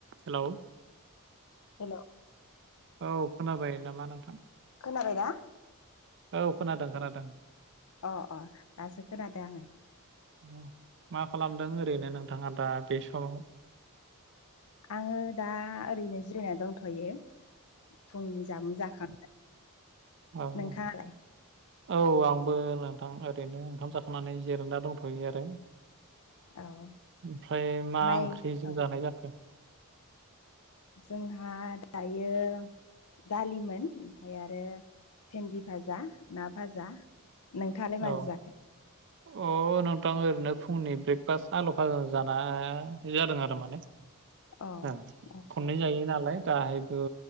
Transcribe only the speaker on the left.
हेल'।
खोनाबाय ना?
अ अ दासो खोनादों आङो।
आङो दा ओरैनो जिरायना दंथ'यो फुंनि जामुं जाखां
नोंथाङालाय
औ
माइ
औ
जोंहा दायो दालिमोन ओमफ्राय आरो भेन्दि भाजा ना भाजा। नोंथाङालाय
माजों जाखो
अ
अ
अ